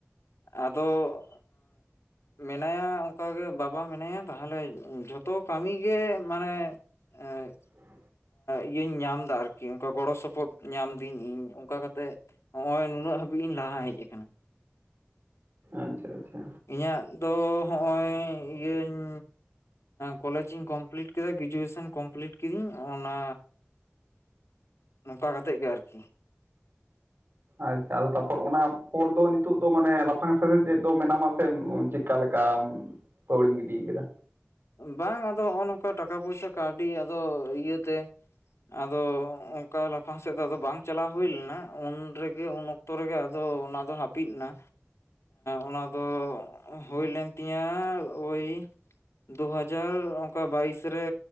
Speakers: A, on the left; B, on the right.
A: ᱟᱫᱚ, ᱢᱮᱱᱟᱭᱟ ᱚᱱᱠᱟ ᱜᱮ ᱵᱟᱵᱟ ᱢᱮᱱᱟᱭᱟ ᱛᱟᱦᱚᱞᱮ ᱡᱷᱚᱛᱚ ᱠᱟᱹᱢᱤ ᱜᱮ ᱢᱟᱱᱮ,
B: <inaudible>
A: ᱮᱸ ᱤᱭᱟᱹᱧ ᱧᱟᱢᱫᱟ ᱟᱨᱠᱤ ᱚᱱᱠᱟ ᱜᱚᱲᱚ ᱥᱚᱯᱚᱦᱚᱫ ᱧᱟᱢ ᱫᱟᱹᱧ ᱤᱧ ᱚᱱᱠᱟ ᱠᱟᱛᱮᱫ᱾ ᱱᱚᱜ ᱚᱭ ᱱᱩᱱᱟᱹᱜ ᱦᱟᱹᱵᱤᱡ ᱤᱧ ᱞᱟᱦᱟ ᱦᱮᱡ ᱟᱠᱟᱱᱟ᱾
B: ᱟᱪᱪᱷᱟ ᱟᱪᱪᱷᱟ᱾
A: ᱤᱧᱟᱹᱜ ᱫᱚ ᱦᱚᱸᱜᱼᱚᱭ ᱤᱭᱟᱹᱧ ᱠᱚᱞᱮᱡ ᱤᱧ ᱠᱚᱢᱯᱤᱞᱤᱴ ᱠᱮᱫᱟ ᱜᱨᱮᱡᱩᱭᱮᱥᱚᱱ ᱠᱚᱢᱯᱤᱞᱤᱴ ᱠᱤᱫᱤᱧ ᱚᱱᱟ, ᱱᱚᱝᱠᱟ ᱠᱟᱛᱮᱫ ᱜᱮ ᱟᱨᱠᱤ?
B: ᱟᱪᱪᱷᱟ ᱟᱫᱚ ᱛᱟᱨᱯᱚᱨ ᱚᱱᱟ ᱯᱚᱨ ᱫᱚ ᱱᱤᱛᱚᱜ ᱫᱚ ᱢᱟᱱᱮ ᱞᱟᱯᱷᱟᱝ ᱥᱮᱪᱮᱫ ᱪᱮᱫ ᱫᱚ ᱢᱮᱱᱟᱢᱟ ᱥᱮᱢ ᱪᱮᱠᱟ ᱞᱮᱠᱟᱢ ᱯᱟᱹᱣᱲᱤᱢ ᱜᱤᱰᱤ ᱠᱟᱫᱟ?
A: ᱵᱟᱝ ᱟᱫᱚ ᱦᱸᱚᱜᱼᱚ ᱱᱚᱝᱠᱟ ᱴᱟᱠᱟ ᱯᱚᱭᱥᱟ ᱠᱟᱹᱣᱰᱤ ᱟᱫᱚ ᱤᱭᱟᱹᱛᱮ, ᱟᱫᱚ ᱚᱝᱠᱟ ᱞᱟᱯᱷᱟᱝ ᱥᱮᱫ ᱫᱚ ᱟᱫᱚ ᱵᱟᱝ ᱪᱟᱞᱟᱣ ᱦᱩᱭ ᱞᱮᱱᱟ ᱩᱱ ᱨᱮᱜᱮ ᱩᱱ ᱚᱠᱛᱚ ᱨᱮᱜᱮ ᱟᱫᱚ ᱚᱱᱟ ᱫᱚ ᱦᱟᱹᱯᱤᱫ ᱮᱱᱟ᱾ ᱚᱱᱟ ᱫᱚ ᱦᱩᱭ ᱞᱮᱱ ᱛᱤᱧᱟᱹ ᱳᱭ, ᱫᱩ ᱦᱟᱡᱟᱨ ᱚᱝᱠᱟ ᱵᱟᱭᱤᱥ ᱨᱮ